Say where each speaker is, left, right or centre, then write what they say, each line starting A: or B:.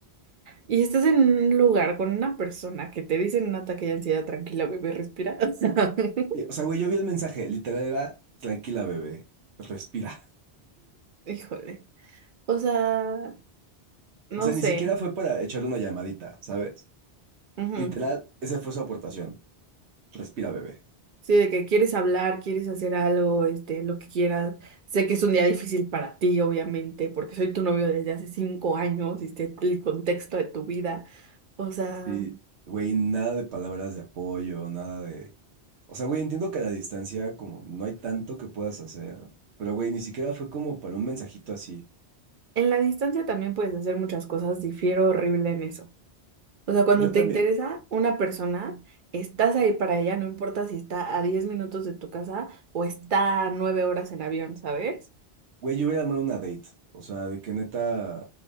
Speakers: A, on the right; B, on the right.
A: Y estás en un lugar con una persona que te dice en un ataque de ansiedad, tranquila, bebé, respira. <laughs>
B: Y, o sea, güey, yo vi el mensaje. Literal era, tranquila, bebé. Respira.
A: Híjole. O sea, no
B: O sea, ni
A: sé.
B: siquiera fue para echarle una llamadita, ¿sabes?
A: Ujú.
B: Literal, esa fue su aportación. Respira, bebé.
A: Sí, de que quieres hablar, quieres hacer algo, este, lo que quieras. Sé que es un día difícil para ti, obviamente, porque soy tu novio desde hace cinco años y sé el contexto de tu vida. O sea,
B: Sí. Güey, nada de palabras de apoyo, nada de... O sea, güey, entiendo que a la distancia como no hay tanto que puedas hacer. Pero, güey, ni siquiera fue como para un mensajito así.
A: en la distancia también puedes hacer muchas cosas, difiero horrible en eso. O sea, cuando
B: Yo
A: te
B: también.
A: interesa una persona, estás ahí para ella, no importa si está a 10 minutos de tu casa o está a 9 horas en avión, ¿sabes?
B: Güey, yo hubiera armado una date. O sea, de que neta,